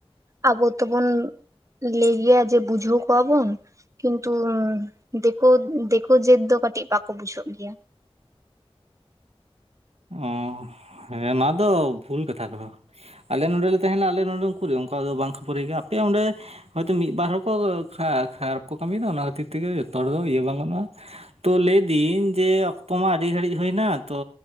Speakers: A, on the right; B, on the right.
A: ᱟᱵᱚ ᱛᱚ ᱵᱚᱱ ᱞᱟᱹᱭ ᱜᱮᱭᱟ ᱡᱮ ᱵᱩᱡᱷᱟᱹᱣ ᱠᱚᱣᱟ ᱵᱚᱱ ᱠᱤᱱᱛᱩ ᱫᱮᱠᱳ ᱫᱮᱠᱳ ᱡᱟᱹᱛ ᱫᱚ ᱠᱟᱹᱴᱤᱡ ᱵᱟᱠᱚ ᱵᱩᱡᱷᱟᱹᱣ ᱜᱮᱭᱟ᱾
B: ᱚ ᱦᱮᱸ ᱚᱱᱟ ᱫᱚ ᱵᱷᱩᱞ ᱠᱟᱛᱷᱟ ᱠᱟᱱᱟ᱾ ᱟᱞᱮ ᱱᱚᱸᱰᱮ ᱞᱮ ᱛᱟᱦᱮᱱᱟ ᱟᱞᱮ ᱱᱚᱰᱮ ᱩᱠᱩᱨᱤ ᱚᱝᱠᱟ ᱫᱚ ᱵᱟᱝ ᱠᱷᱟᱹᱯᱟᱹᱨᱤ ᱜᱮᱭᱟ ᱟᱯᱮ ᱚᱸᱰᱮ, ᱦᱚᱭ ᱛᱚ ᱢᱤᱫᱵᱟᱨ ᱦᱚᱲᱠᱚ ᱠᱷᱟᱨᱟᱯ ᱠᱷᱟᱨᱟᱯ ᱠᱚ ᱠᱟᱹᱢᱤ ᱫᱟ ᱟᱱᱟ ᱠᱷᱟᱹᱛᱤᱨ ᱛᱮᱜᱮ ᱡᱚᱛᱚ ᱦᱚᱲ ᱫᱚ ᱤᱭᱟᱹ ᱵᱟᱝ ᱜᱟᱱᱚᱜ-ᱟ᱾ ᱛᱚ ᱞᱟᱹᱭ ᱫᱟᱹᱧ ᱡᱮ ᱚᱠᱛᱚ ᱢᱟ ᱟᱹᱰᱤ ᱜᱷᱟᱹᱲᱤᱡ ᱦᱳᱭ ᱱᱟ ᱛᱚ,